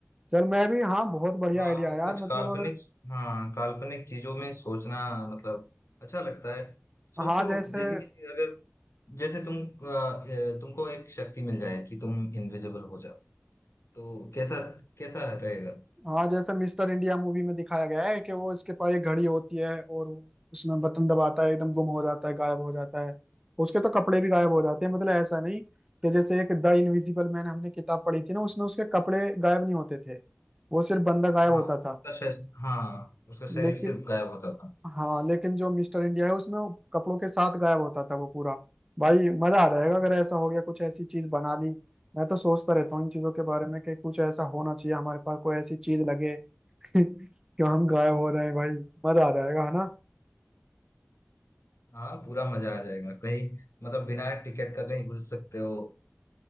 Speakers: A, on the right; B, on the left.
A: चल मैं भी हाँ बहुत बढ़िया
B: हाँ
A: आइडिया है
B: कुछ
A: यार मतलब
B: काल्पनिक
A: अगर
B: हाँ काल्पनिक चीजों में सोचना मतलब अच्छा लगता है सोचो
A: हाँ जैसे
B: जैसे कि अगर जैसे तुम अ, ए, तुमको एक शक्ति मिल जाए कि तुम इनविजिबल हो जाओ तो कैसा कैसा रहेगा
A: हाँ जैसे मिस्टर इंडिया मूवी में दिखाया गया है कि वो इसके पास एक घड़ी होती है और वो उसमें बटन दबाता है एकदम गुम हो जाता है गायब हो जाता है उसके तो कपड़े भी गायब हो जाते हैं मतलब ऐसा नहीं कि जैसे एक द इनविजिबल मैन हमने किताब पढ़ी थी ना उसमें उसके कपड़े गायब नहीं होते थे वो सिर्फ बंदा गायब
B: हाँ
A: होता
B: उसका
A: था
B: शरीर हाँ उसका शरीर
A: लेकिन
B: से गायब होता था
A: हाँ लेकिन जो मिस्टर इंडिया है उसमें वो कपड़ों के साथ गायब होता था वो पूरा भाई मजा आ जाएगा अगर ऐसा हो गया कुछ ऐसी चीज बना ली मैं तो सोचता रहता हूँ इन चीजों के बारे में कि कुछ ऐसा होना चाहिए हमारे पास कोई ऐसी चीज लगे <laughs> कि हम गायब हो रहे हैं भाई मजा आ जाएगा है ना
B: हाँ पूरा मजा आ जाएगा कहीं मतलब बिना टिकट का कहीं घुस सकते हो